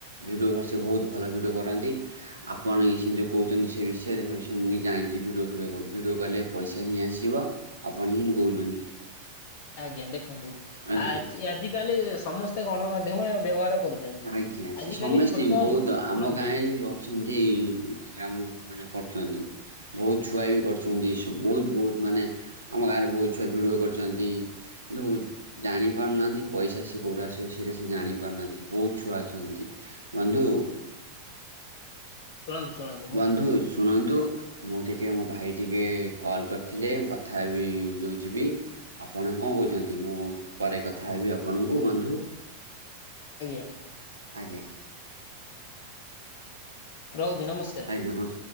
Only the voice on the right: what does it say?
ଭିଡିଓ ସେ ବହୁତ ଭଲ ଭିଡ଼ିଓ କରନ୍ତି। ଆପଣ ଏ ସେ ଯେଉ କହୁଛନ୍ତି ସେ ବିଷୟରେ ମୁଁ ଜାଣିଛି ଭିଡ଼ିଓ ଫିଡିଓ ଭିଡିଓ କଲେ ପଇସା ହିଁ ଆସିବ। ଆପଣ ହିଁ କହୁଛନ୍ତି।
ଆଜ୍ଞା।
ଆଜ୍ଞା ସେ
ସମସ୍ତିଙ୍କୁ
ବହୁତ
ଆମ ଗାଁ ଛନ୍ତି। ଗ୍ରାମ ମାନେ କରୁଛନ୍ତି। ବହୁତ ଛୁଆ ବି କରିଛନ୍ତି ସବୁ ବହୁତ ବହୁତ ମାନେ ଆମ ଗାଁ‌ ରେ ବହୁତ ଛୁଆ ଭିଡ଼ିଓ କରିଛନ୍ତି। କିନ୍ତୁ ଜାଣି ପାରୁନାହାନ୍ତି ପଇସା ସେ କୋଉଠୁ ଆସିବ ସେଇଟା ସେ ଜାଣି ପାରୁନାହାନ୍ତି। ବହୁତ ଛୁଆ ଅଛନ୍ତି। ବଂଧୁ
ବନ୍ଧୁ
ଶୁଣନ୍ତୁ। ମୁଁ ଟିକେ ମୋ ଭାଇ ଟିକେ କଲ୍ କରିଥିଲେ। ମୁଁ କଥା ହେବି, ଯୋଉ ଯିବି। ଆପଣ କଣ କହୁଛନ୍ତି? ମୁଁ ପରେ କଥା ହେବି, ଆପଣଙ୍କୁ ବନ୍ଧୁ।
ଆଜ୍ଞା।
ଆଜ୍ଞା ନମ